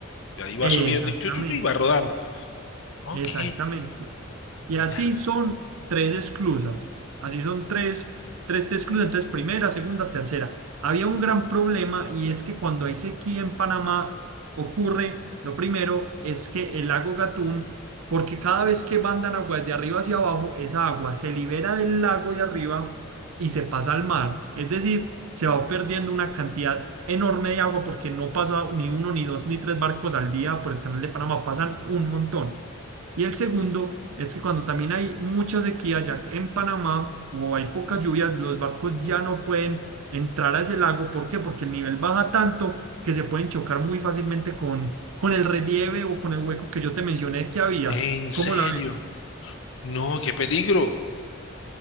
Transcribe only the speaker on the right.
Exactamente,
exactamente. Y
así son tres esclusas. Así son tres, tres esclusas. Entonces, primera, segunda, tercera. Había un gran problema y es que cuando hay sequía en Panamá ocurre, lo primero es que el lago Gatún, porque cada vez que mandan agua de arriba hacia abajo, esa agua se libera del lago de arriba y se pasa al mar. Es decir, se va perdiendo una cantidad enorme de agua porque no pasa ni uno, ni dos, ni tres barcos al día por el canal de Panamá, pasan un montón. Y el segundo es que cuando también hay mucha sequía ya en Panamá o hay pocas lluvias, los barcos ya no pueden entrar a ese lago. ¿Por qué? Porque el nivel baja tanto que se pueden chocar muy fácilmente con, con el relieve o con el hueco que yo te mencioné que había.
¿Cómo
la ves?